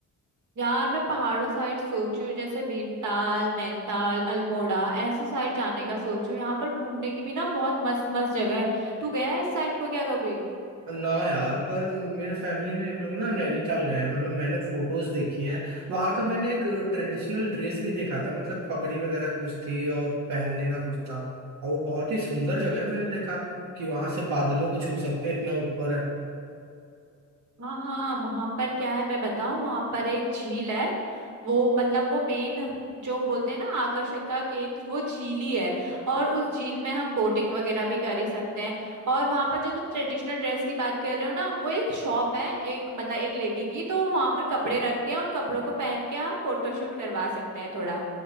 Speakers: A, on the right; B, on the right.
A: यार मैं पहाड़ों साइड सोची हूँ जैसे भीमताल नैनीताल अल्मोड़ा ऐसी साइड जाने का सोचू यहाँ पर घूमने की भी ना बहुत मस्त मस्त जगह है तू गया है इस साइड को क्या कभी
B: ना यार पर मेरे फैमिली में एक लोग ना नैनीताल गए हैं मतलब मैंने फोटोज देखी हैं वहां का मैंने एक ट्रेडिशनल ड्रेस भी देखा था मतलब पगड़ी वगैरह कुछ थी और पहनने का कुछ था और वो बहुत ही सुंदर जगह है मैंने देखा कि वहां से बादलों को छू सकते हैं, इतना ऊपर है
A: हाँ हाँ वहां पर क्या है मैं बताऊं वहां पर एक झील है वो मतलब वो मेन जो बोलते हैं ना आकर्षक का केंद्र वो झील ही है और उस झील में हम बोटिंग वगैरह भी कर ही सकते हैं और वहां पर जो तुम ट्रेडिशनल ड्रेस की बात कर रहे हो ना वो एक शॉप है एक मतलब एक लेडी की तो वहां पर कपड़े रखती है उन कपड़ों को पहन के हम फोटोशूट करवा सकते हैं थोड़ा